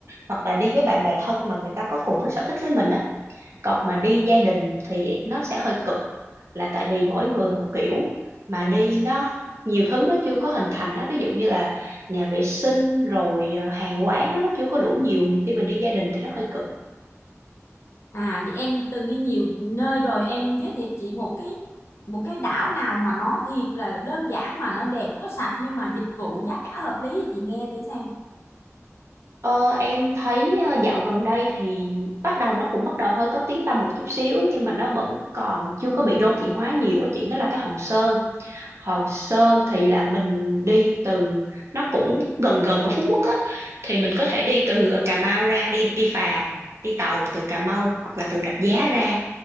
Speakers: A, on the right; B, on the left.
A: hoặc là đi với bạn bè thân mà người ta có cùng cái sở thích với mình á còn mà đi gia đình thì nó sẽ hơi cực là tại vì mỗi người một kiểu mà đi nó nhiều thứ nó chưa có hình thành đó ví dụ như là nhà vệ sinh rồi ờ, hàng quán đó, nó chưa có đủ nhiều nhiều khi mình đi gia đình thì nó hơi cực
B: À vậy em từng đi nhiều nơi rồi em giới thiệu chị một cái một cái đảo nào mà nó thiệt là đơn giản mà nó đẹp nó sạch nhưng mà dịch vụ giá cả hợp lý cho chị nghe thử xem
A: Ờ, em thấy ờ, dạo gần đây thì bắt đầu nó cũng bắt đầu hơi có tiếng tăm một chút xíu nhưng mà nó vẫn còn chưa có bị đô thị hóa nhiều á chị nó là cái Hòn Sơn Hòn Sơn thì là mình đi từ nó cũng gần gần ở Phú Quốc á thì mình có thể đi từ Cà Mau ra đi đi phà đi tàu từ Cà Mau hoặc là từ Rạch Giá ra